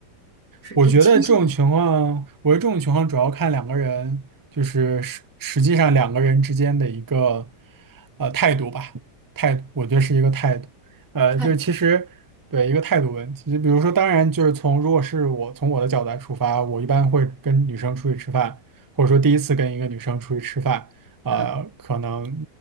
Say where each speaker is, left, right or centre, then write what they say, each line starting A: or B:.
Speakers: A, on the right; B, on the right.
A: 是更倾向于
B: 我觉得这种情况，我觉得这种情况主要看两个人，就是实实际上两个人之间的一个呃态度吧，态度，我觉得是一个态度，呃，
A: 态度，
B: 就是其实对一个态度问题，就比如说，当然就是从如果是我从我的角度来出发，我一般会跟女生出去吃饭，或者说第一次跟一个女生出去吃饭，呃，
A: 嗯
B: 可能